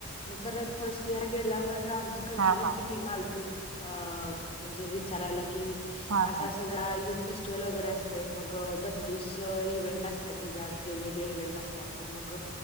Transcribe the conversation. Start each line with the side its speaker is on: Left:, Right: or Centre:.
Left: मंग परंत फर्स्ट इयंर गेल्यांवर आमची कल्चरलं
Right: हा हा.
Left: ची टीम आं. ते अं म्हणजे विचारांयला की
Right: हा
Left: असं
Right: हा.
Left: असं.. आं युंथ फेस्टिव्हल वगैरें असते मगं बत्तीस इव्हेंट असतांत. तेजांत वेगवेगळे इव्हेंट असतांत तरं मंग